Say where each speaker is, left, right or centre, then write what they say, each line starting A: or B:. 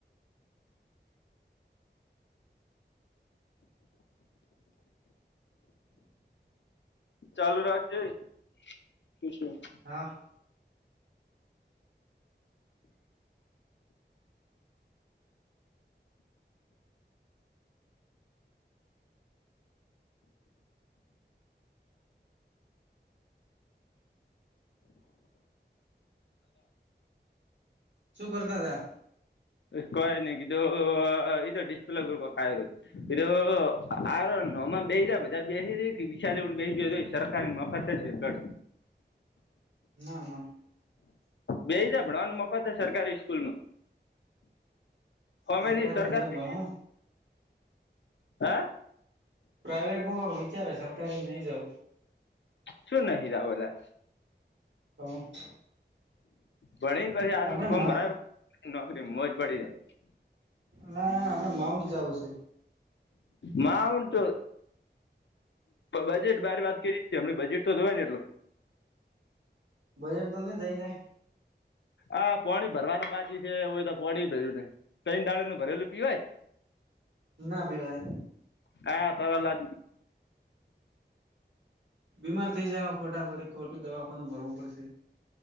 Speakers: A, on the left (about 80°); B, on the right (about 85°).
A: ચાલુ રાખજે <unintelligible>
B: હા શું કરતા હતા.
A: એ કય નય જો ઈ તો ડિસ્પ્લે ઉપર <unintelligible> એ આ નમા બધા બેહી જ કે બે વિશાલ પ બેહી જ સરકારીની મફત છે <unintelligible>
B: ના ના
A: બેઈ જા ભણવાનું મફત જ સરકારી સ્કૂલ માં
B: સરકારીમાં
A: અમેથી સરકાર
B: નહી
A: પૈ
B: ભણુ
A: હા
B: પ્રાઈવેટમાં વિચારે સરકારી નઈ જઉ
A: શું નહિ જાઉં એલા
B: <unintelligible>
A: ભણીન પછી આર્મી
B: આપણે મા
A: ફોર્મ ભરાય નોકરી મોજ પડી રહેે
B: ના ના આપડ માઉન્ટ જવું છે.
A: માઉન્ટ બજેટ બારે વાત કરી છે હમને બજેટ તો જોય ને એટલો
B: બજેટ તો નહી થઈ જાય.
A: આ પાણી ભરવાનું બાકી છે એય તો પાણી ભર્યું નહી કઈ દાળે નું ભરેલું પીવાય
B: ના પીવાય
A: હા ત આજ
B: બીમાર થઇ જાય ફોટાફડી ખોટું દવાખાનું ભરવું પડશે